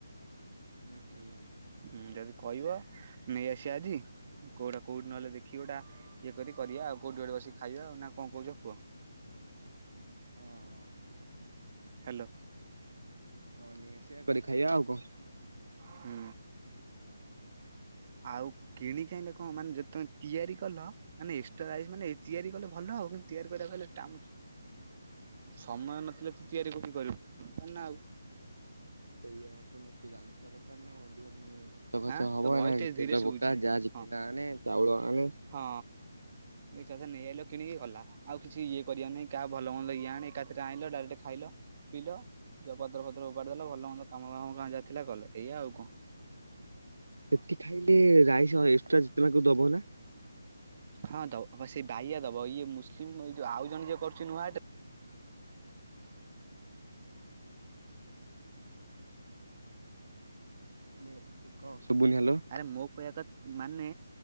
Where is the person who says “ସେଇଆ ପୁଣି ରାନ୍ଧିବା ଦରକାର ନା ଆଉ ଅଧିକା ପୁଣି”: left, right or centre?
Right